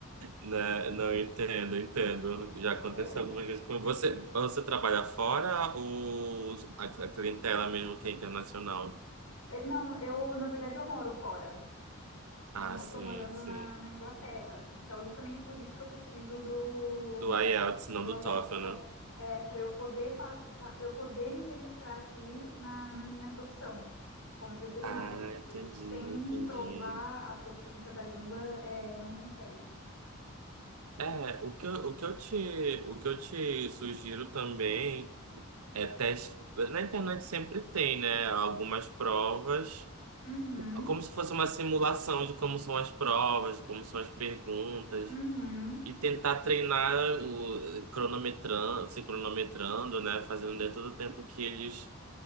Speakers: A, on the right; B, on the left.
A: Né? Não, eu entendo, eu entendo.
B: Não,
A: Já aconteceu
B: é...
A: algumas vezes com você. Mas Você trabalha fora ou a a clientela mesmo que é internacional?
B: é- não, eu, na verdade, eu moro fora. Eu
A: Ah,
B: mo-
A: sim,
B: tô morando
A: sim.
B: na, na Inglaterra. Então, justamente por isso que eu preciso do,
A: Do IELTS, não
B: do
A: do
B: IELTS
A: TOEFL,
B: para
A: né?
B: é, para eu poder passar, para eu poder me registrar aqui na, na minha profissão como veterinária.
A: Ah, entendi,
B: Porque sem
A: entendi.
B: provar a proficiência da língua, é, não consegue.
A: É, o que eu, o que eu te, o que eu te sugiro também é teste. Na internet sempre tem, né? Algumas provas,
B: Uhum,
A: como se fosse uma simulação de como são as provas, como são as perguntas.
B: uhum.
A: E tentar treinar o cronometrando, se cronometrando, né? Fazendo dentro do tempo que eles